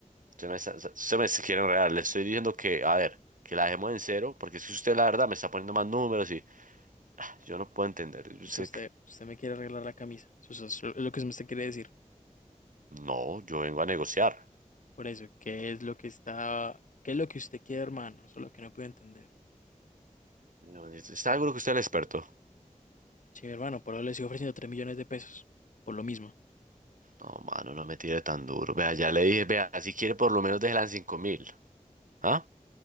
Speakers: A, on the right; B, on the left.
A: Usted me, está- usted me quiere enredar. Le estoy diciendo que, a ver, que la dejemos en cero porque es que usted la verdad me está poniendo más números y yo no puedo entender. Yo
B: o
A: sé
B: sea, usted,
A: que-
B: usted me quiere arreglar la camisa. O sea, eso es lo que usted quiere decir.
A: no, yo vengo a negociar.
B: Por eso, ¿qué es lo que está, qué es lo que usted quiere, hermano? Eso es lo que no puedo entender.
A: Mira, Está algo que usted es el experto.
B: Sí, hermano, por eso le estoy ofreciendo 3 millones de pesos, por lo mismo.
A: No, mano, no me tire tan duro. Vea, ya le dije, vea, si quiere por lo menos déjela en 5 mil. ¿Ah?